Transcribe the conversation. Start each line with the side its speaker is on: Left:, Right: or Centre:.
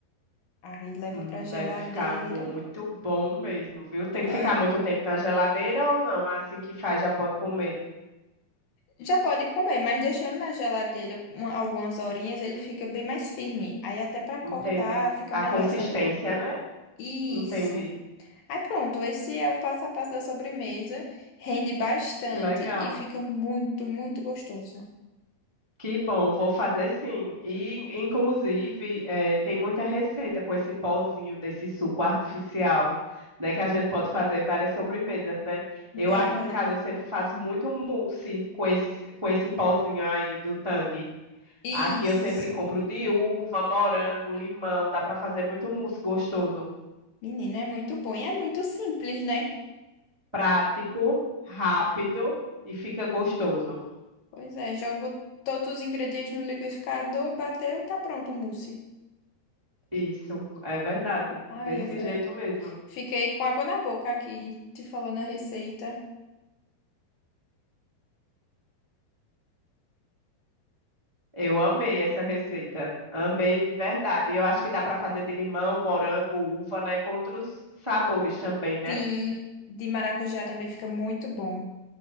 Left: Aí leva
Right: hum,
Left: pra geladeira.
Right: deve ficar muito bom mesmo, viu? Tem que
Left: Ah,
Right: ficar muito tempo na geladeira ou não? Assim que faz já pode comer.
Left: Já pode comer, mas deixando na geladeira uma- algumas horinhas, ele fica bem mais firme. Aí até pra cortar
Right: Entendi.
Left: fica
Right: A
Left: melhor,
Right: consistência,
Left: sabe?
Right: né?
Left: Isso.
Right: Entendi.
Left: Aí pronto, esse é o passo a passo da sobremesa. Rende bastante
Right: Legal.
Left: e fica muito, muito gostoso.
Right: Que bom, vou fazer sim. E, inclusive, eh, tem muita receita com esse pozinho desse suco artificial, né? Que a gente pode fazer várias sobremesas, né? Eu
Left: Verdade.
Right: aqui em casa eu sempre faço muito mousse com esse, com esse pozinho aí do Tang.
Left: Isso.
Right: Aqui eu sempre compro de uva, morango, limão. Dá para fazer muito mousse gostoso.
Left: Menina, é muito bom e é muito simples, né?
Right: Prático, rápido e fica gostoso.
Left: Pois é, jogo todos os ingredientes no liquidificador, bateu, tá pronto o mousse.
Right: Isso, é verdade.
Left: Ai,
Right: Desse
Left: eu f-
Right: jeito
Left: eh,
Right: mesmo.
Left: fiquei com água na boca aqui, te falando a receita.
Right: Eu amei essa receita. Amei de verdade. E Eu acho que dá para fazer de limão, morango, uva, né? Com outros sabores também, né?
Left: Sim, de maracujá também fica muito bom.